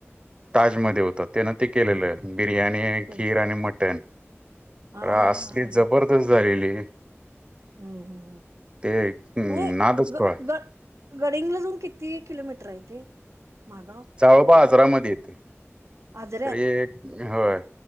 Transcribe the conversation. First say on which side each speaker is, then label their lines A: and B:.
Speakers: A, on the right; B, on the right.
A: ताजमध्ये होता त्यान ते के बिर्याणी
B: चल.
A: खीर आणि मटण
B: हा हा
A: असली
B: हा हा हा.
A: ज झालेली
B: हम्म हम् हम्
A: ते हम्म,
B: नाही
A: नादच
B: ग
A: कळ
B: ग गडिंगलाजून किती किलोमीटर आहे ते मागाव
A: चाळोबा
B: तरी
A: आजरामध्ये येते
B: आजऱ्यात
A: तर हे होय